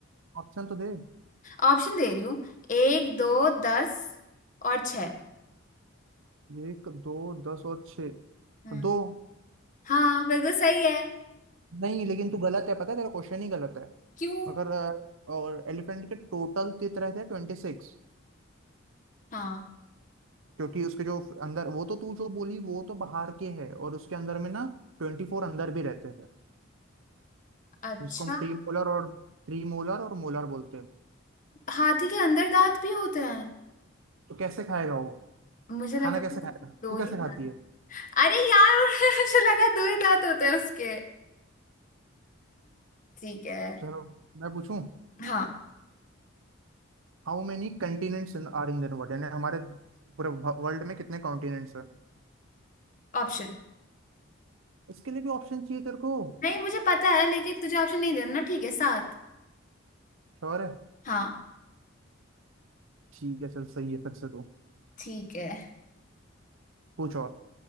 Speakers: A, on the right; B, on the left.
A: ऑप्शन तो दे
B: ऑप्शन दे रही हूँ एक दो दस और छह
A: एक दो दस और छः
B: हाँ
A: दो
B: हाँ बिल्कुल सही है
A: नहीं लेकिन तू गलत है पता है तेरा क्वेश्चन ही गलत है
B: क्यों
A: अगर अ, और एलिफेंट के टोटल तित रहते हैं ट्वेंटी सिक्स
B: हाँ
A: क्योंकि उसके जो अंदर वो तो तू जो बोली वो तो बाहर के है और उसके अंदर में ना ट्वेंटी फोर अंदर भी रहते हैं
B: अच्छा
A: जिसको हम प्रीमोलर और प्रीमोलर और मोलर बोलते हैं
B: हाथी के अंदर दांत भी होते हैं
A: तो कैसे खाएगा वो
B: मुझे लगता
A: खाना कैसे
B: था
A: खाएगा
B: दो
A: तू
B: ही
A: कैसे
B: दांत
A: खाती है
B: अरे यार <laughs> मुझे लगा दो ही दांत होते हैं उसके ठीक है
A: चलो मैं पूछूं
B: हाँ
A: How many continents are in the world यानी हमारे पूरे वर्ल्ड में कितने कॉन्टिनेंट्स हैं
B: ऑप्शन
A: इसके लिए भी ऑप्शन चाहिए तेरे को
B: नहीं मुझे पता है लेकिन तुझे ऑप्शन नहीं देना ना, ठीक है सात
A: और है
B: हाँ
A: ठीक है चल सही है फिर से तू
B: ठीक है
A: पूछ और